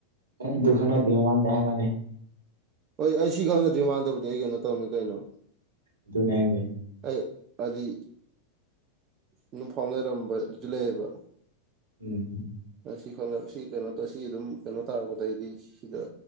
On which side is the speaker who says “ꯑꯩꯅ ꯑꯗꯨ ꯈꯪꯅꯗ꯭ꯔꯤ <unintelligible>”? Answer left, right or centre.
Right